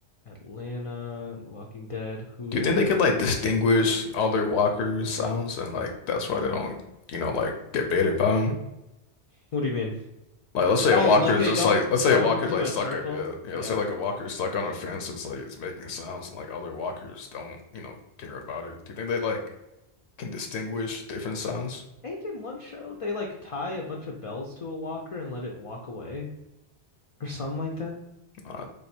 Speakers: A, on the left; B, on the left.
A: Atlanta, The Walking Dead. Who?
B: Do you think they could like distinguish other walkers' sounds and like that's why they don't, you know, like get baited by them?
A: What do you mean?
B: Like let's say a
A: Oh,
B: walker
A: like
B: is
A: they
B: just
A: don't
B: like let's
A: go
B: say a walker
A: into
B: like
A: a
B: stuck
A: circle?
B: a uh, yeah, you
A: Yeah.
B: know let's say like a walker is stuck on a fence it's like it's making sounds and like other walkers don't you know care about it. Do you think they like can distinguish different sounds?
A: Ain't in one show they like tie a bunch of bells to a walker and let it walk away or something like that?
B: I